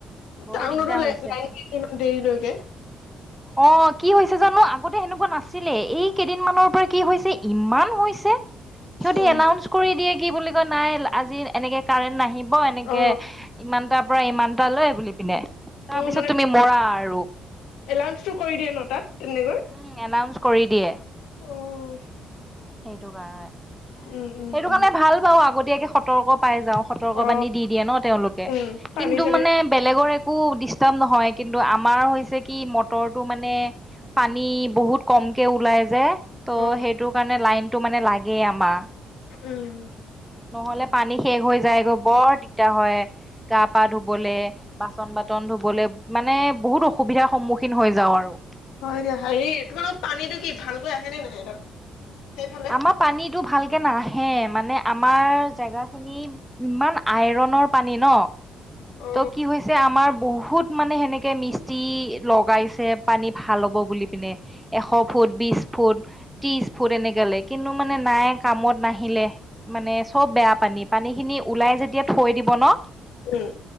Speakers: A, in the centre; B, on the left.
A: বৰ
B: টাউনতো
A: দিগদাৰ
B: ল'
A: হৈছে।
B: লাইন <unintelligible> ইমান দেৰিলৈকে?
A: অ', কি হৈছে জানো আগতে সেনেকুৱা নাছিলে, এই কেইদিনমানৰ পৰা কি হৈছে ইমান হৈছে। সিহতি
B: অ
A: এলাউন্ঞ্চ কৰি দিয়ে কি বুলি কয় নাই আজি এনেকে কাৰেন্ট নাহিব এনেকে
B: অ
A: ইমানটা পাৰা ইমানটা লয় বুলি পিনে, তাৰপিছত
B: অ মানে
A: তুমি মৰা আৰু
B: এলাউঞ্চটো কৰি দিয়ে ন' তাত তেনেকৈ?
A: উম এনাউন্স কৰি দিয়ে।
B: অ',
A: সেইটো কাৰণে,
B: উম উম
A: সেইটো
B: উম
A: কাৰণে, ভাল বাৰু আগতীয়াকে সতৰ্ক পাই যাওঁ। সতৰ্ক
B: অ
A: বানী দি দিয়ে ন' তেওঁলোকে,
B: উম পানী
A: কিন্তু
B: চানী
A: মানে বেলেগৰ একো নহয় কিন্তু আমাৰ হৈছে কি মটৰটো মানে পানী বহুত কমকে ওলাই যে ত'
B: অ
A: সেইটো কাৰণে লাইনটো মানে লাগেই আমাৰ
B: উম,
A: নহলে পানী শেষ হৈ যায়গৈ বৰ দিগদাৰ হয় গা পা ধুবলে বাচন বাতন ধুবলৈ মানে বহুত অসুবিধাৰ সন্মুখীন হৈ যাওঁ আৰু।
B: হয় দিয়া হেৰি তোমালোক পানীটো কি ভালকৈ আহে নে নাহে তাত, সেইফালে
A: আমাৰ পানীটো ভালকে নাহে মানে আমাৰ জেগাখিনি ইমান আইৰনৰ পানী ন'
B: অ
A: ত' কি হৈছে আমাৰ বহুত মানে সেনেকে মিস্তি লগাইছে পানী ভাল হ'ব বুলি পিনে এশ ফুট, বিশ ফুট ত্ৰিছ ফুট এনেকেলে কিন্তু মানে নাই কামত নাহিলে। মানে চব বেয়া পানী, পানী খিনি ওলাই যেতিয়া থৈ দিব ন'
B: উম,